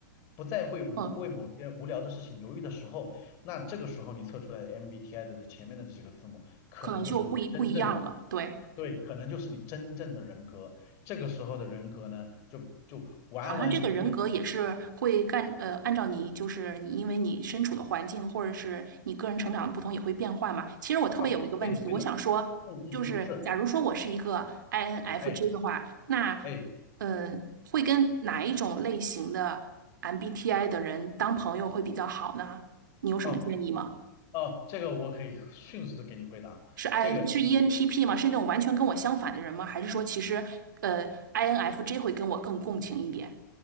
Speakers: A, on the left; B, on the right.
A: 不再会某为某些无聊的事情犹豫的时候，
B: 嗯，
A: 那这个时候你测出来的 MBTI 的这前面的这几个字母，可能就是你真正的。
B: 可能就不一不一样了，对。
A: 对，可能就是你真正的人格。这个时候的人格呢，就就完完全全
B: 好像这个人格也是会干，呃，按照你就是你，因为你身处的环境或者是你个人成长的不同也会变化嘛。其实我特别有一个问题，
A: 啊，对的，对的，
B: 我想说，
A: 嗯嗯嗯，
B: 就是假如说我是一个
A: 是，
B: INFJ
A: 哎
B: 的话，那呃，
A: 哎，
B: 会跟哪一种类型的 MBTI 的人当朋友会比较好呢？你有什么建议吗？
A: 哦哦，这个我可以迅速的给你回答。
B: 是 IN
A: 这个
B: 是 ENTP 吗？是那种完全跟我相反的人吗？还是说其实呃 INFJ 会跟我更共情一点？